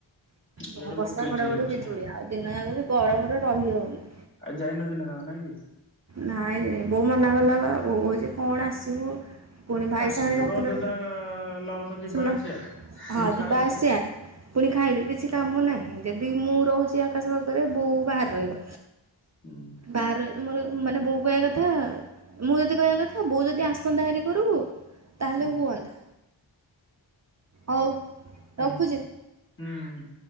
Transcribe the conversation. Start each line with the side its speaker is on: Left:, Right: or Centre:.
Right: ବ
Left: ଇଆଡେ
Right: ବର୍ଷା
Left: ପକେଇଛି
Right: ଘଡଘଡି
Left: ହେଇଛି
Right: ବିଜୁଳି ଆଉ ଦିନ ଜାଗବି ଗରମରେ ରହି ହଉନି
Left: ଆଜି ଯାଇନ ଦିନ ଯାଙ୍କ ନାଇଁ କି
Right: ନାଇଁ ବୋଉ ମନା କଲା ବା ବୋଉ କହୁଚି କଣ ଆସିବୁ- ପୁଣି ଭାଇ
Left: ଆସିଲେ
Right: ସାଙ୍ଗରେ ଯାଉଥିଲେ
Left: ବି ଅଯଥା
Right: ଗୋଟେ
Left: ଲସ୍ ଯିବା
Right: ଶୁନ
Left: ଆସିବା ପୁଣି
Right: ହଁ
Left: ଖାଇବ।
Right: ଯିବା ଆସିଆ - ପୁଣି ଖାଇବି କିଛି କାମ ନାହିଁ ଯଦି ମୁଁ ରହୁଚି ଆକାଶ ବର୍ଗରେ ବୋଉ ବାହାରେ ରହିବ
Left: ହୁଁ
Right: ବାହାରେ ରହେ ମୋର ମାନେ ବୋଉ କହିବା କଥା ମୁଁ ଯଦି କହିବା କଥା ବୋଉ ଯଦି ଆସ- <unintelligible> ତାହେଲେ
Left: ହୁଁ ହୁଁ
Right: ହୁଅନ୍ତା, ହଉ
Left: ହୁଁ
Right: ରଖୁଛି
Left: ହୁଁ ହୁଁ ହୁଁ